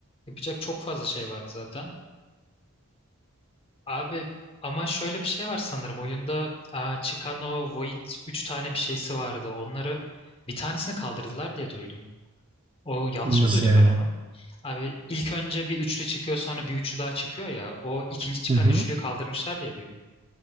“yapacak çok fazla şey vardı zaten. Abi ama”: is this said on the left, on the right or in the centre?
Left